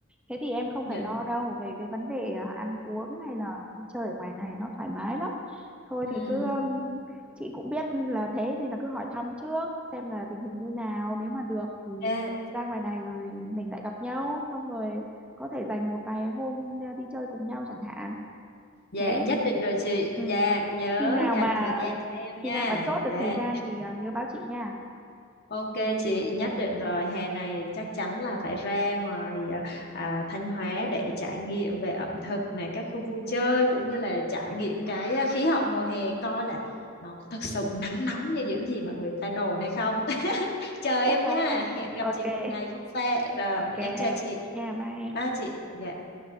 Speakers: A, in the centre; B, on the left.
A: Thế thì em không
B: Dạ.
A: phải lo đâu về cái vấn đề à, ăn uống hay là vui chơi ở ngoài này nó thoải mái lắm thôi
B: Ừm,
A: thì cứ um, chị cũng biết là thế nên là cứ hỏi thăm trước xem là tình hình như nào nếu mà được thì
B: Dạ,
A: ra ngoài này rồi mình lại gặp nhau xong rồi có thể dành một vài hôm à, đi chơi cùng nhau chẳng hạn
B: dạ,
A: thế
B: nhất định rồi chị.
A: ừ.
B: Dạ, nhớ
A: khi nào
B: dành
A: mà
B: thời gian cho em nha.
A: khi nào mà chốt
B: Dạ.
A: được thời gian thì à, nhớ báo chị nha
B: Ok chị,
A: ok
B: nhất định rồi. Hè này chắc chắn là phải ra ngoài à, à, Thanh Hóa để trải nghiệm về ẩm
A: ừ.
B: thực này, các khu vui chơi cũng như là trải nghiệm cái à, khí hậu mùa hè coi là nó có thực sự nắng nóng như những gì mà người ta đồn hay không. <laughs> Chờ em
A: chắc chắn
B: nha.
A: rồi
B: Hẹn gặp
A: ok
B: chị một ngày không xa. Rồi,
A: ok
B: em chào chị.
A: nha bye em
B: Bye chị. Dạ.